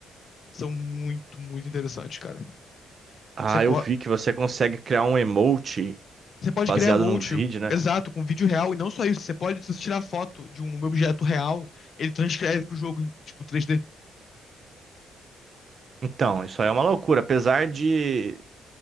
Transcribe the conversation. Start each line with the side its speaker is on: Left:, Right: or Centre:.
Left: São muito, muito interessantes, cara.
Right: Ah,
Left: Você, pode
Right: eu vi que você consegue criar um emote
Left: você pode
Right: baseado
Left: criar emote.
Right: num vídeo, né?
Left: Exato, com vídeo real, e não só isso, você pode, se você tirar foto de um objeto real, ele transcreve pro jogo, em, tipo, 3D.
Right: Então, isso aí é uma loucura. Apesar de